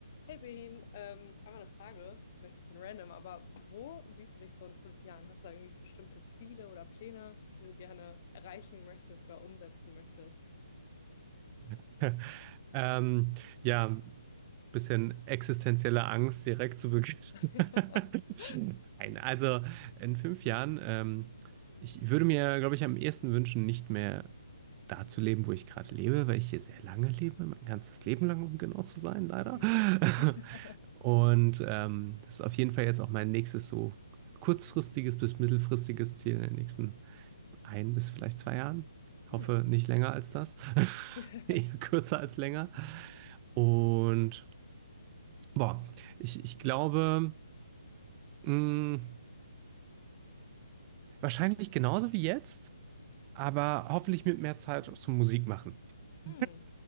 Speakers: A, on the left (about 35°); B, on the right (about 25°).
A: Hey Behin, ähm, einmal eine Frage, ist vielleicht ein bisschen random, aber wo siehst du dich so in fünf Jahren? Hast du da irgendwie bestimmte Ziele oder Pläne, die du gerne erreichen möchtest oder umsetzen möchtest?
B: <laughs> Ähm, ja, bisschen existenzielle Angst direkt zu Beginn.
A: <laughs>
B: <laughs> Nein, also in fünf Jahren, ähm, ich würde mir, glaube ich, am ehesten wünschen, nicht mehr da zu leben, wo ich gerade lebe, weil ich hier sehr lange lebe, mein ganzes Leben lang, um genau zu sein, leider.
A: Mhm.
B: <laughs>
A: <laughs>
B: Und ähm, das ist auf jeden Fall jetzt auch mein nächstes so kurzfristiges bis mittelfristiges Ziel in den nächsten ein bis vielleicht zwei Jahren.
A: Hm.
B: Hoffe nicht länger als das. <laughs>
A: <laughs>
B: Eher kürzer als länger. Und boah, ich, ich glaube, mh, wahrscheinlich genauso wie jetzt, aber hoffentlich mit mehr Zeit zum Musik machen. <laughs>
A: Hm,